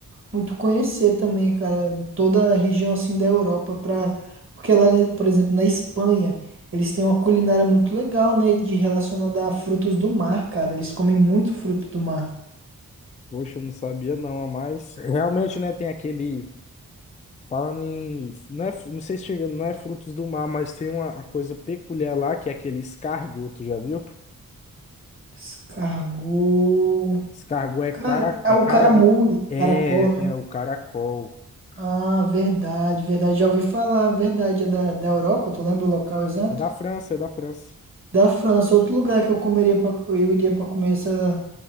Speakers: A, on the right; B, on the left.
A: muito conhecer também, cara. Em toda a região, assim, da Europa. Pra... Porque lá, eles- por exemplo, na Espanha, eles têm uma culinária muito legal, né? De relacionada a frutos do mar, cara. Eles comem muito fruto do mar.
B: Poxa, eu não sabia não, ah, mas realmente, né, tem aquele, falando em, não é, não sei se chega, não é frutos do mar, mas tem uma uma coisa peculiar lá, que é aquele escargot, tu já viu?
A: Descargou.
B: Escargot é
A: Cara,
B: cara,
A: é
B: é
A: o
B: cara,
A: caramujo,
B: é,
A: caracol, né?
B: é o caracol,
A: Ah, verdade, verdade. Já ouvi falar, verdade. É da, da Europa, tu lembra o local exato?
B: é da França, é da França.
A: Da França, outro lugar que eu comeria pra, eu iria pra comer essa